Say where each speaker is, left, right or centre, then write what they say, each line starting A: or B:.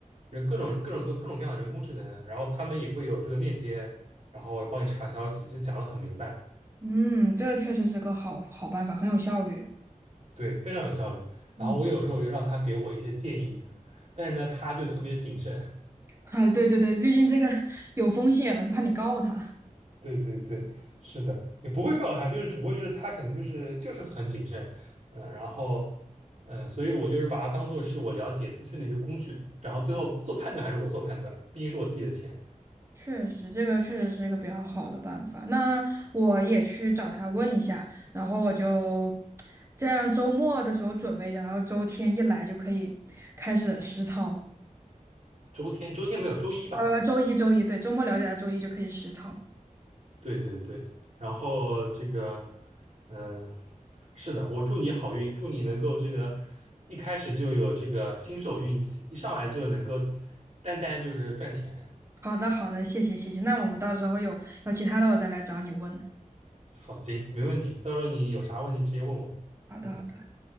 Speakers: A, on the right; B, on the right.
A: 人各种各种各各种各样的人工智能，然后他们也会有这个链接，然后帮你查消息，就讲得很明白。
B: 嗯，这确实是个好好办法，很有效率。
A: 对，非常有效率。
B: 嗯，
A: 然后我有时候也让他给我一些建议，但是呢，他就特别谨慎。
B: <laughs> 啊，对对对，毕竟这个有风险嘛，他怕你告他。
A: <laughs> 对对对，是的，也不会告他，就是只不过就是他可能就是就是很谨慎，嗯、然后呃，所以我就是把它当做是我了解资讯的一个工具，然后最后做判断还是我做判断，毕竟是我自己的钱。
B: 确实，这个确实是一个比较好的办法。那我也去找他问一下，然后我就这样周末的时候准备一下，然后周天一来就可以开始实操。
A: 周天周天没有周一吧？
B: 呃，周一周一，对，周末了解了，周一就可以实操。
A: 对对对，然后这个，嗯、是的，我祝你好运，祝你能够这个一开始就有这个新手运气，一上来就能够单单就是赚钱。
B: 好的，好的，谢谢，谢谢。那我们到时候有有其他的，我再来找你问。
A: 好，行，没问题，到时候你有啥问题直接问我。
B: 好的，
A: 嗯。
B: 好的。